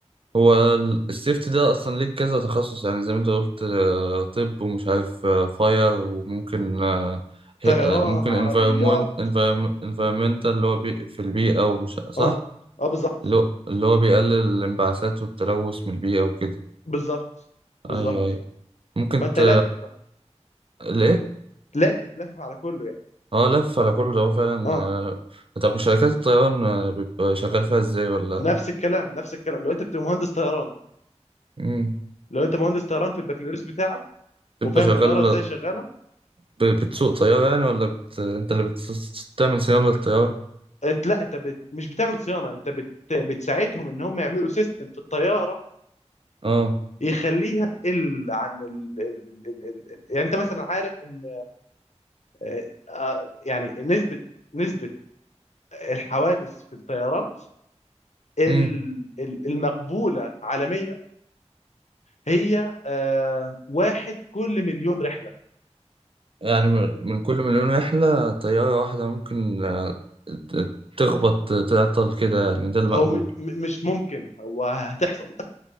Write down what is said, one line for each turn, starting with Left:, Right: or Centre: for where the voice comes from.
Right: هو ال- السيفتي ده اصلا ليه كذا تخصص يعني زي ما انت قلت آه، طب ومش عارف فاير وممكن آه،
Left: طيران
Right: هي- آه، ممكن
Left: عربيات
Right: انفيرمون انفيرمنتال اللي هو بي في البيئة ومش صح
Left: اه اه بالظبط
Right: اللي هو اللي هو بيقلل الانبعاثات والتلوث من البيئة وكده
Left: بالظبط بالظبط
Right: ايوه ايوه ممكن
Left: فانت
Right: ت...
Left: لافف بقى
Right: ليه
Left: لافف لافف على كله يعني
Right: اه لف على كل ده هو فعلا
Left: اه
Right: آه، طب وشركات الطيران آه، بيبقى شغال فيها ازاي ولا
Left: نفس الكلام نفس الكلام لو انت بتبقى مهندس طيران
Right: مم.
Left: لو انت مهندس طيران في البكالوريوس بتاعك
Right: بتبقى
Left: وفاهم
Right: شغال
Left: الطياره ازاي شغاله
Right: ب- بتسوق طيارة يعني ولا بت... انت اللي بتعمل صيانة للطيارة
Left: انت لا انت بت... مش بتعمل صيانه انت بت... بتساعدهم ان هم يعملوا سيستم في الطياره
Right: اه
Left: يخليها تقل عن ال... ال... ال... ال... ال- يعني انت مثلا عارف ان آه، آه، يعني نسبه نسبه الحوادث في الطيارات ال-
Right: مم.
Left: ال- المقبوله عالميا هي آه، واحد كل مليون رحله
Right: يعني من من كل مليون رحلة طيارة واحدة ممكن آه، ت- تخبط تعطل كده يعني ده المقبول
Left: هو م... م- مش ممكن هو هتحصل